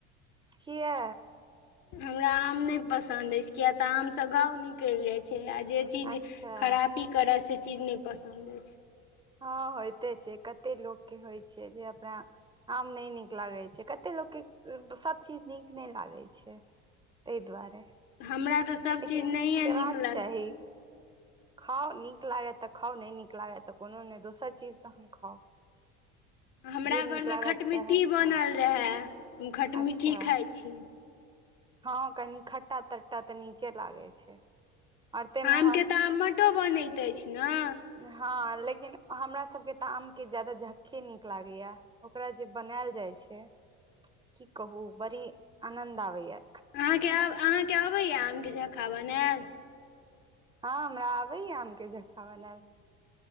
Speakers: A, on the right; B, on the left.
A: किया
B: हमरा आम नय पसन्द ऐछ किय तऽ आमसँ घाव निकैल जाइ छै आ जे चीज
A: अच्छा
B: खरापी करै से चीज नहि पसन्द अछि
A: हँ होइते छै कते लोक के होइ छै जे अपना आम नइ नीक लागे छै कते लोक के सब चीज नीक नइ लागे छै तैय दुआरे
B: हमरा तऽ सभ
A: लेकिन
B: चीज नहिए
A: खेबाक
B: निकलग
A: चाही खाउ नीक लागत तऽ खाउ नहि नीक लागत तऽ कोनो नहि दोसर चीज तहन खाउ <inaudible>
B: हमरा
A: जे नीक
B: घर
A: लागत
B: में खटमिट्ठी
A: सएह
B: बनल
A: खाउ
B: रहे हम खटमिट्ठी
A: अच्छा
B: खाइ छी
A: हँ कनी खट्टा तट्टा तऽ नीके लागै छै आओर ताहिमे
B: आमके तऽ आमटो बनैत अछि ने
A: हाँ लेकिन हमरा सबके तऽ आम के ज्यादा झक्खे नीक लागेया ओकरा जे बनैल जाइ छै की कहू बड़ी आनन्द आबैए
B: अहाँके अहाँके अबैया आमके झक्खा बनायल
A: हँ हमरा आबेया आम के झक्खा बनाएल